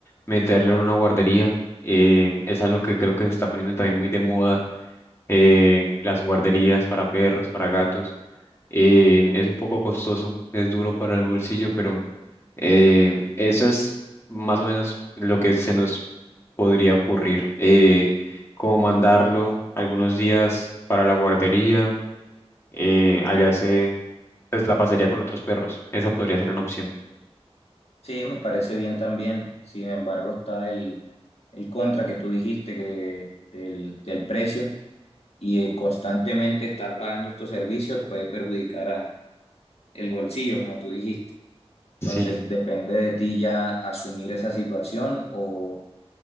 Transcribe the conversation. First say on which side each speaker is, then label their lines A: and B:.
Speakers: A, on the left; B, on the left.
A: meterlo en una guardería. eh, es algo que creo que se está poniendo también muy de moda, eh, las guarderías para perros, para gatos. eh, es un poco costoso, es duro para el bolsillo, pero eh, eso es más o menos lo que se nos podría ocurrir. Eh, como mandarlo algunos días para la guardería, eh, allá se, pues la pasaría con otros perros. Esa podría ser una opción.
B: Sí, me parece bien también. Sin embargo, está el, el contra que tú dijiste que de- del, del precio y eh, constantemente estar pagando estos servicios puede perjudicar a el bolsillo, como tú dijiste. Entonces,
A: Sí,
B: depende de ti ya asumir esa situación o,